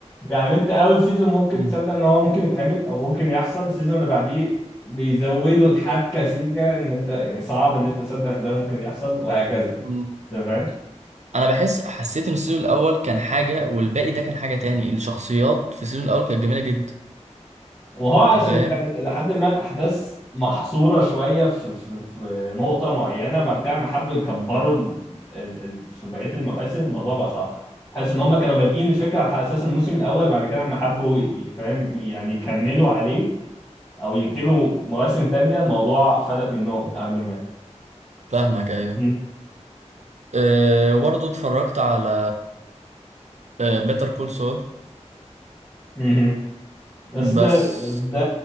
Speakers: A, on the left (about 20°); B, on the right (about 70°).
A: يعني انت اول سيزون ممكن
B: مم.
A: تصدق ان هو ممكن يتعمل او ممكن يحصل السيزون اللي بعديه بيزودوا الحبكة سيكة ان انت يعني صعب ان انت تصدق ان ده ممكن يحصل وهكذا
B: مم.
A: انت فاهم
B: انا بحس حسيت ان السيزون الاول كان حاجه والباقي ده كان حاجه تاني الشخصيات في السيزون الاول كانت جميله جدا
A: وهو عشان
B: انت فاهم
A: كانت إلى حد ما الأحداث محصورة شوية في في في نقطة معينة بعد كده لما حبوا يكبروا ال... ال... ال... في بقية المواسم الموضوع بقى صعب حاسس إن هما كانوا بادئين الفكرة على أساس الموسم الأول بعد كده لما حبوا ي- فاهم يعني يكملوا عليه أو ينتجوا مواسم تانية الموضوع فلت منهم إلى حد ما
B: فاهمك ايوه
A: م-
B: أه وبرضه اتفرجت على أه بيتر كول سول
A: مهم. بس
B: بس
A: ده ده